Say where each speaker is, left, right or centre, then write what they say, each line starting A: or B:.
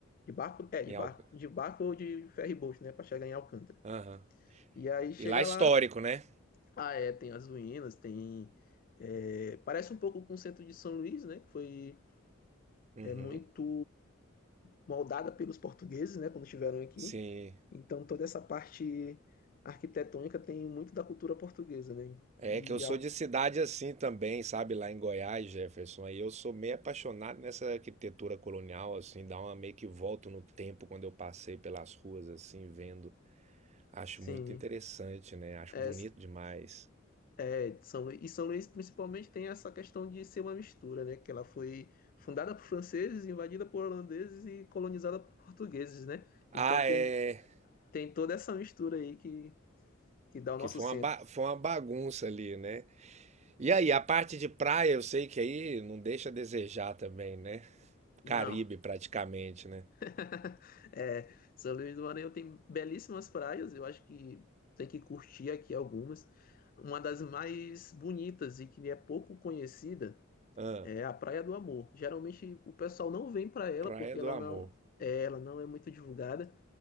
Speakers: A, on the left; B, on the right.
A: De barco? É, de
B: em
A: barco,
B: Alca.
A: de barco ou de ferryboat, né? Para chegar em Alcântara.
B: Aham.
A: E aí chega
B: E lá é histórico,
A: lá,
B: né?
A: ah, é, tem as ruínas, tem. é, parece um pouco com o centro de São Luís, né? Que foi
B: Uhum.
A: é, muito moldada pelos portugueses, né? Quando estiveram aqui.
B: Sim.
A: Então toda essa parte arquitetônica tem muito da cultura portuguesa, né?
B: É
A: E
B: que eu sou
A: a-
B: de cidade assim também, sabe? Lá em Goiás, Jefferson. Aí eu sou meio apaixonado nessa arquitetura colonial, assim, dá uma meio que volto no tempo quando eu passei pelas ruas, assim, vendo. Acho
A: sim,
B: muito interessante, né? Acho
A: é,
B: bonito demais.
A: é, São Luís, e São Luís principalmente tem essa questão de ser uma mistura, né? Que ela foi fundada por franceses, invadida por holandeses e colonizada por portugueses, né?
B: Ah,
A: Então tem,
B: é.
A: tem toda essa mistura aí que, que dá o nosso
B: Que foi
A: centro.
B: uma, ba- foi uma bagunça ali, né? E aí, a parte de praia, eu sei que aí não deixa a desejar também, né?
A: Não.
B: Caribe, praticamente, né?
A: <laughs> É, São Luís do Maranhão tem belíssimas praias, eu acho que tem que curtir aqui algumas. Uma das mais bonitas e que é pouco conhecida
B: Ah,
A: é a Praia do Amor. Geralmente o pessoal não vem para ela
B: praia
A: porque ela
B: do amor.
A: não é, ela não é muito divulgada,